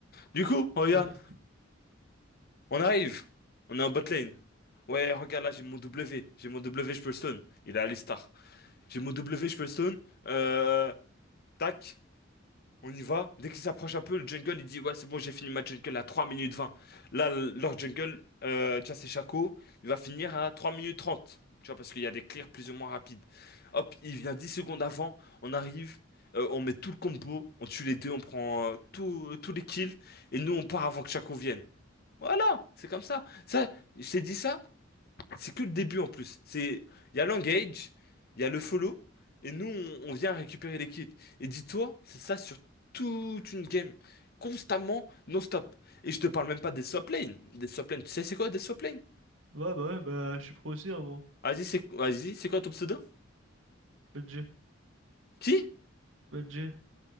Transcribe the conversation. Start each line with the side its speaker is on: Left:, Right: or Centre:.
Left: Du coup, regarde,
Right: Ouais.
Left: on arrive. On est en bot lane. Ouais, regarde là, j'ai mon W. J'ai mon W, je peux le stun. Il est à l'Istar. J'ai mon W, je peux le stun. Euh, tac. On y va. Dès qu'il s'approche un peu, le jungle, il dit, ouais, c'est bon, j'ai fini ma jungle à 3 minutes 20. Là, l- leur jungle, euh, tu vois, c'est Shaco, il va finir à trois minutes trente, Tu vois, parce qu'il y a des clears plus ou moins rapides. Hop, il vient 10 secondes avant, on arrive, euh, on met tout le combo, on tue les deux, on prend euh, tout- tous les kills, et nous, on part avant que Shaco vienne. Voilà, c'est comme ça. Ça, je t'ai dit ça, c'est que le début en plus. C'est, il y a l'engage, il y a le follow, et nous, on, on vient récupérer les kills. Et dis-toi, c'est ça sur toute une game. Constamment, non-stop. Et je te parle même pas des swap lanes. Des swap lanes, tu sais c'est quoi des swap lanes?
Right: Ouais, bah, ouais, bah, je suis pro aussi, hein, gros.
Left: Vas-y, c'est vas-y, c'est quoi ton pseudo?
Right: BG,
Left: Qui?
Right: BG.